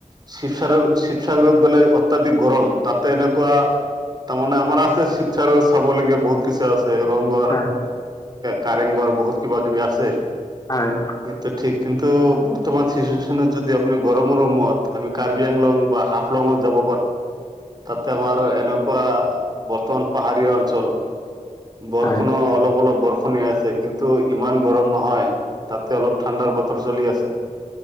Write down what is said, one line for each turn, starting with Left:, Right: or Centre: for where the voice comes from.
Right: শিৱসাগ শিৱসাগত গ'লে অত্যাধিক গৰম তাতে এনেকুৱা তাৰমানে আমাৰ আছে শিৱসাৰ চাবলগীয়া বহুত বত কিছু আছে ৰংঘৰ
Left: হয়
Right: কাৰেংঘৰ বহুত কিবা কিবি আছে
Left: হয়
Right: এইটো ঠিক কিন্তু বৰ্তমান চিচুৱুৱচনেত যদি আপনি গৰমৰমত আমি কাৰ্বি আংলং বা হাফলঙত যাব তাতে আমাৰ এনেকুৱা বৰ্তমান পাহাৰীয়া অঞ্চল বৰষণো
Left: হয়
Right: অলপ অলপ বৰষ শন আছে কিন্তু ইমান গৰম নহয় তাতে অলপ ঠাণ্ডাৰ বতৰ চলি আছে।